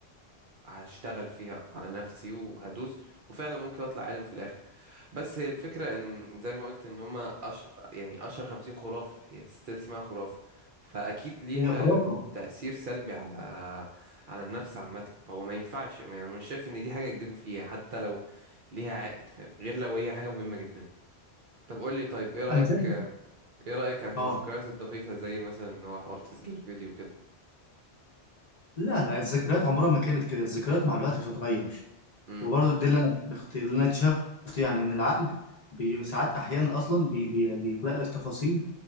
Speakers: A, on the right (about 55°); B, on the left (about 45°).
A: هشتغل فيها على نفسي وهدوس وفعلا ممكن اطلع عالم في الاخر بس هي الفكره ان زي ما قلت ان هما أش... يعني اشهر خمسين خرافه هي ستيل اسمها خرافه فاكيد ليها
B: هي خرافه
A: تأثير سلبي على على النفس عامة فهو ما ينفعش يعني أنا مش شايف إن دي حاجة يكذبوا فيها حتى لو ليها عائد فاهم غير لو هي حاجة مهمة جدا طب قول لي طيب إيه رأيك
B: انا شايف
A: إيه رأيك عن
B: اه
A: الذكريات الدقيقة زي مثلا إن هو حوار تسجيل الفيديو كده
B: لا لا الذكريات عمرها ما كانت كده الذكريات مع الوقت بتتغير
A: امم
B: وبرضه ده اللي انا بخت- اللي انا اكتشفته يعني ان العقل بي- ساعات احيانا اصلا بي بي بيخلق لك تفاصيل